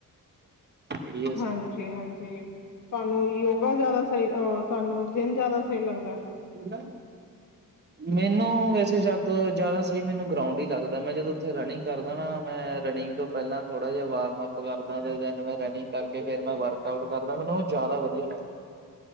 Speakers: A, on the right; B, on the left.
A: ਸਹੀ ਹੈ ਸਹੀ
B: ਹਾਂਜੀ-ਹਾਂਜੀ ਤੁਹਾਨੂੰ ਯੋਗਾ ਜ਼ਿਆਦਾ ਸਹੀ ਅਹ ਤੁਹਾਨੂੰ ਜਿੰਮ ਜਿਆਦਾ ਸਹੀ ਲੱਗਦਾ।
A: ਨਾ ਮੈਨੂੰ ਵੈਸੇ ਜਿਆਦਾ ਸਹੀ ਮੈਨੂੰ ਗਰਾਉਂਡ ਹੀ ਲੱਗਦਾ। ਮੈਂ ਜਦੋਂ ਉੱਥੇ ਰਨਿੰਗ ਕਰਦਾ ਨਾ ਮੈਂ ਰਨਿੰਗ ਤੋਂ ਪਹਿਲਾਂ ਥੋੜਾ ਜਿਹਾ ਵਾਰਮਅੱਪ ਕਰਦਾ ਤੇ। ਦੈਨ ਮੈਂ ਰਨਿੰਗ ਕਰਕੇ ਫ਼ਿਰ ਮੈਂ ਵਰਕ ਆਊਟ ਕਰਦਾ ਮੈਨੂੰ ਉਹ ਜ਼ਿਆਦਾ ਵਧੀਆ ਲੱਗਦਾ।